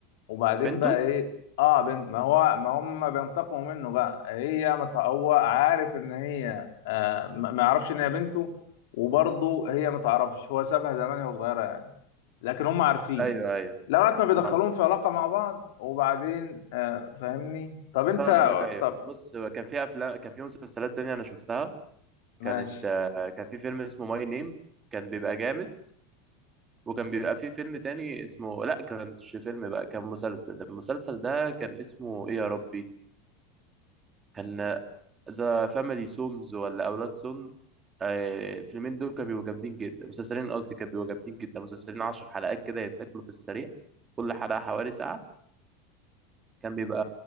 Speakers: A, on the left; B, on the right.
A: وبعدين
B: بنته
A: بقى ايه اه بنت ما هو ما هم بينتقموا منه بقى هي ما تع- هو عارف ان هي آه ما ما يعرفش ان هي بنته وبرضه هي ما تعرفش هو سابها زمان وهي صغيره يعني لكن هم عارفين
B: أيوه أيوه
A: لغايه ما بيدخلوهم
B: فاهم
A: في علاقه مع بعض وبعدين آه فاهمني طب انت
B: فاهمك أيوه
A: طب
B: بص كان في أفلام كان في مسلسلات تانية أنا شفتها كانت
A: ماشي
B: آه، كان في فيلم اسمه ماي نيم كان بيبقى جامد وكان بيبقى فيه فيلم تاني اسمه لا كانش فيلم بقى كان مسلسل المسلسل ده كان اسمه ايه يا ربي كان ذا فاميلي سومز ولا اولاد سوم آه، الفيلمين دول كانوا بيبقوا جامدين جدا مسلسلين قصدي كانوا بيبقوا جامدين جدا مسلسلين عشر حلقات كده يتاكلوا في السريع كل حلقة حوالي ساعة كان بيبقى